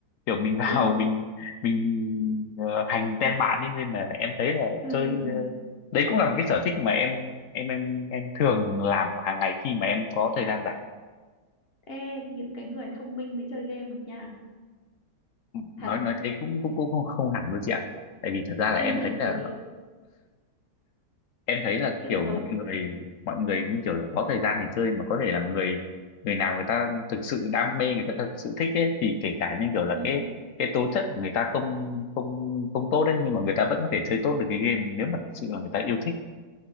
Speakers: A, on the left; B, on the left.
A: kiểu mình vào
B: ừ
A: <laughs> mình mình ờ, hành tem bạn ấy nên là em thấy là
B: ừ.
A: chơi ờ, đấy cũng là một cái sở thích mà em em em em thường làm hàng ngày khi mà em có thời gian rảnh
B: Ê, những cái người thông minh mới chơi game được nha
A: nói
B: thật
A: nói thế cũng cũng cũng không, không hẳn luôn chị ạ tại vì thật ra là
B: không
A: em
B: nản
A: thấy là
B: gì
A: em thấy là
B: cứ khiêm
A: kiểu
B: tốn
A: mọi người mọi người như kiểu là có thời gian để chơi mà có thể là người người nào người ta thực sự đam mê người ta thật sự thích ấy thì kể cả như kiểu là
B: ừ.
A: cái cái tố chất của người ta không không không tốt đấy nhưng mà người ta vẫn có thể chơi tốt được cái game nếu mà thật sự là người ta yêu thích